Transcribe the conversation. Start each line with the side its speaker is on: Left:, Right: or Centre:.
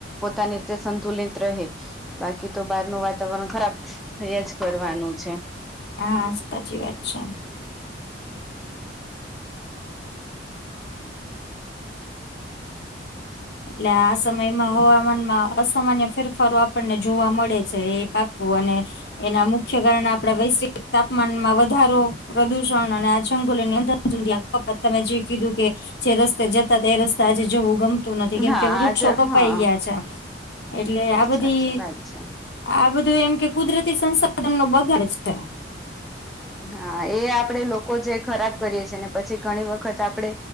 Centre: પોતાની રીતે સંતુલિત રહે બાકી તો બહારનું વાતાવરણ ખરાબ થયા જ કરવાનું છે.
Left: હા સાચી વાત છે એટલે આ સમયમાં હવામાનમાં અસામાન્ય ફેરફારો આપણને જોવા મળે છે એ પાકું અને એના મુખ્ય કારણે આપણા વૈશ્વિક તાપમાનમાં વધારો પ્રદુષણ અને આ જંગલોની અંદર પપ્પા તમે જે કીધું કે જે રસ્તે જતા તે રસ્તે આજે જવું ગમ નથી કેમ
Centre: હા
Left: કે વૃક્ષો
Centre: આજ
Left: કપાઈ
Centre: હા
Left: ગયા છે એટલે આ બધી
Centre: સાચી વાત છે.
Left: આ બધું એમ કે કુદરતી સંસાધન નો બગાડે છે
Centre: હા એ આપડે લોકો જે ખરાબ કરીએ છીએ ને પછી ઘણી વખત આપડે